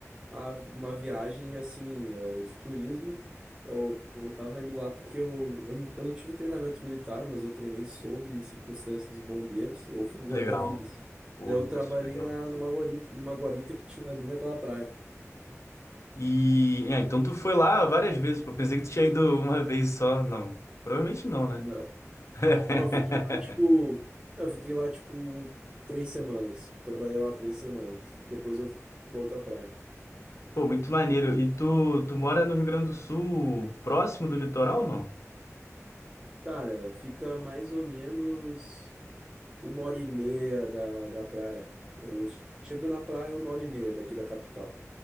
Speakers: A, on the right; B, on the left.
A: a- uma viagem assim eh, de turismo. Eu, eu tava indo lá porque eu, eu, não, eu não tive treinamento militar, mas eu treinei sob circunstância dos bombeiros. Eu fui guarda-vidas.
B: legal. Pô,
A: Daí eu
B: nossa,
A: trabalhei
B: legal.
A: na, numa guarita, numa guarita que tinha ali naquela praia.
B: E, é, então tu foi lá várias vezes, pô, pensei que tu tinha ido uma vez só, não. Provavelmente não,
A: Não.
B: né? <laughs>
A: Eu fiquei lá tipo. Eu fiquei lá tipo três semanas. Trabalhei lá três semanas. Depois eu fui pra outra praia.
B: Pô, muito maneiro. E tu, tu mora no Rio Grande do Sul, próximo do litoral, ou não?
A: Cara, fica mais ou menos. uma hora e meia da, da praia. Eu che- chego na praia uma hora e meia daqui da capital.